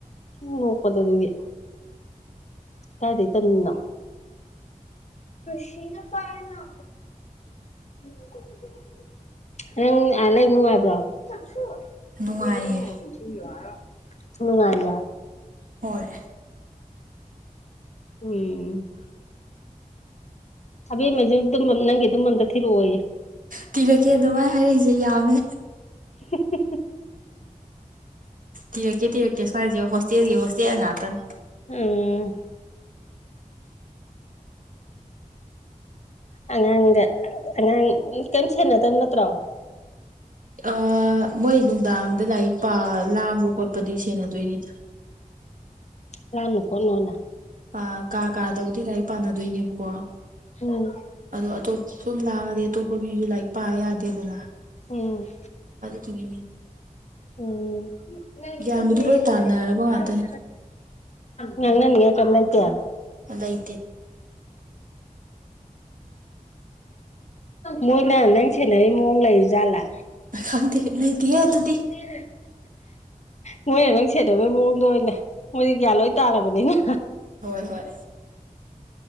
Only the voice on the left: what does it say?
ꯎꯝ ꯅꯣꯛꯄꯗ ꯑꯗꯨꯒꯤ ꯀꯥꯏꯗꯒꯤꯩ ꯇꯔꯤꯅꯣ ꯁꯤꯅ ꯄꯥꯔꯅ ꯅꯪ ꯑ ꯂꯩꯕ
ꯅꯨꯡꯉꯥꯏꯕ꯭ꯔꯣ ꯃꯅꯨꯡꯉ
ꯎꯝ ꯍꯥꯕꯦꯝꯉꯩꯁꯨ ꯅꯪꯒꯤ ꯑꯗꯨꯃꯗ ꯊꯤꯔꯛꯑꯣꯏꯌꯦ
ꯎ <unintelligible>
ꯑꯣꯝ ꯑꯉꯥꯡꯒ ꯑꯉꯥꯡ ꯀꯩꯝ ꯁꯦꯟꯅꯗꯕ ꯅꯠꯇ꯭ꯔꯣ
ꯂꯥꯟ ꯅꯨꯈꯣꯅꯣꯅ
ꯎꯝ
ꯎꯝ
ꯎꯝ ꯅ
ꯈꯨꯅꯄꯒꯤ
ꯅꯪ ꯅꯅꯤꯉ ꯀꯃꯂꯥꯏꯇꯌꯥ
ꯃꯣꯏꯅ ꯅꯪ ꯁꯦꯟꯅꯔꯤ ꯃꯑꯣꯡ ꯂꯩꯔꯤ ꯖꯥꯠꯂꯥ
<unintelligible> ꯃꯣꯏꯅ ꯅꯪ ꯁꯦꯠꯅꯕꯩ ꯃꯑꯣꯡꯗꯣ ꯑꯣꯏꯅ ꯃꯣꯏꯗꯤ ꯒ꯭ꯌꯥꯟ ꯂꯣꯏ ꯇꯥꯔꯕꯅꯤꯅ꯫